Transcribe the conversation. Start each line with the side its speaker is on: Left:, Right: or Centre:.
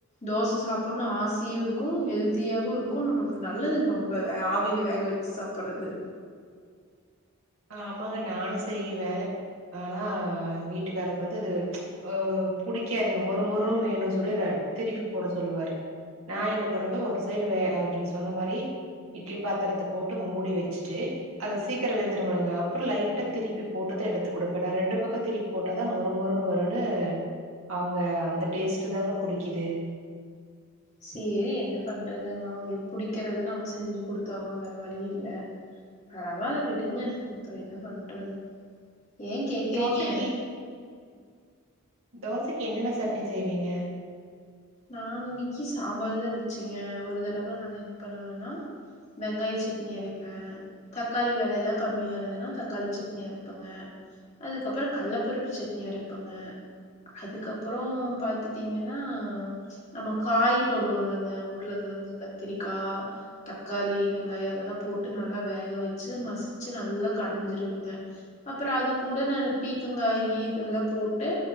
Left: தோச சாப்புன்னு ஆசையு இருக்கூ ஹெல்தியாவு இருக்கூ நம்மளுக்கு நல்லதுங்க ரொம்ப ஆவியில வேக வச் சாப்பறது
Right: ஆமாங்க நானு செய்வே ஆனா வீட்டுக்காருக்கு வந்து ஒ புடிக்காதுங்க மொறு மொறுன்னு வேணுன் சொல்லி ர திருப்பி போட சொல்லுவாரு நா என்ன பண்ணுவே ஒரு சைடு வே அப்டிங்க சொன்ன மாரி இட்லி பாத்தரத்த போட்டு மூடி வச்சிட்டு அத சீக்கிர வெந் திரும்முலங்க அ அப்புறொ லைட்டா திருப்பி போட்டுதா எடுத்துக் கொடுப்பேன் நா ரெண்டு பக்க திருப்பி போட்டாதா மொறுமொறுன் வருன்னு அவுங்க அந்த டேஸ்ட்டு தாங்க புடிக்கிது
Left: சேரி என்ன பண்றது அவுங்களுக்கு புடிக்கறத நம்ம செஞ்சு குடுத்தாகணு வேற வழியு இல்ல பரவால்ல விடுங்க அப்புறொ என்ன பண்றது ஏ கேக்குறீங்க
Right: தோசைக்கி தோசைக்கி என்னென்ன சட்னி செய்வீங்க
Left: நானு இன்னைக்கி சாம்பார்தான் வச்சேங்க ஒரு தடவ நானு என்ன பண்ணுவேன்னா வெங்காய் சட்னி அரைப்பே தக்காளி வெலையெல்லா கம்மியா இருந்துன்னா தக்காளி சட்னி அரப்பங்க அதுக்கப்பறொ கல்லப்பருப்பு சட்னி அரப்பங்க அதுக்கப்பறோ பாத்துட்டீங்கன்னா நம்ம காய் போடுவோல்லங்க உருளகெழங்கு கத்திரிக்கா தக்காளி வெங்காயொ இதெல்லா போட்டு நல்லா வேக வச்சு மசிச்சு நல்லா கடைஞ்சிருவேங்க அப்பறொ அது கூட நானு பீக்கங்காயி இதெல்லாம் போட்டு